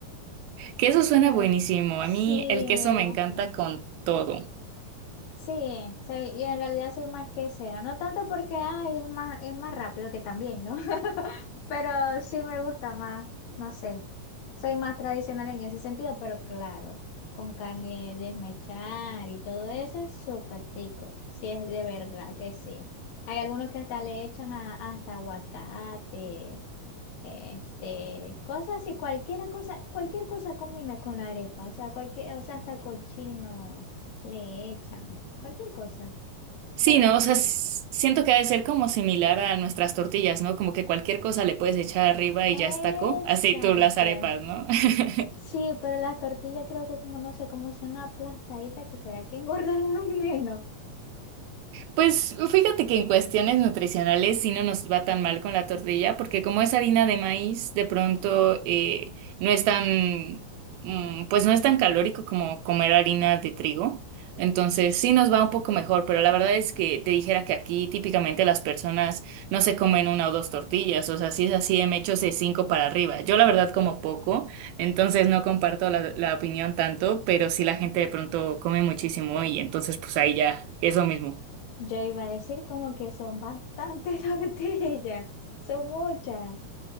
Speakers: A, on the right (about 80°); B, on the left (about 65°).
A: Que eso suena
B: me-
A: buenísimo.
B: sí,
A: A mí el queso
B: me
A: me
B: gusta.
A: encanta con todo.
B: Sí, sí, y en realidad soy más quesera. No tanto porque ay, es más, es más rápido que también, ¿no? <laughs> Pero sí me gusta más, no sé. Soy más tradicional en ese sentido, pero claro, con carne de desmechar y todo eso es súper rico. Sí, es de verdad que sí. Hay algunos que hasta le echan a- hasta aguacate. Este, cosas así, cualquier cosa, cualquier cosa combina con la arepa, o sea, cualquier, o sea, hasta cochino le echan, cualquier cosa,
A: Sí,
B: pernil.
A: ¿no? O sea, s- siento que ha de ser como similar a nuestras tortillas, ¿no? Como que cualquier cosa le puedes echar arriba y
B: Exacto.
A: ya es taco. Así tú las arepas, ¿no? <laughs>
B: Sí, pero las tortillas creo que como no sé cómo son aplastaditas, que será que engordan <laughs> menos.
A: Pues fíjate que en cuestiones nutricionales sí no nos va tan mal con la tortilla, porque como es harina de maíz, de pronto eh, no es tan, mm, pues no es tan calórico como comer harina de trigo. Entonces sí nos va un poco mejor, pero la verdad es que te dijera que aquí típicamente las personas no se comen una o dos tortillas, o sea, si es así, me echo de cinco para arriba. Yo la verdad como poco, entonces no comparto la, la opinión tanto, pero sí la gente de pronto come muchísimo y entonces pues ahí ya es lo mismo.
B: Yo iba a decir como que son bastantes <laughs> tortillas, son muchas.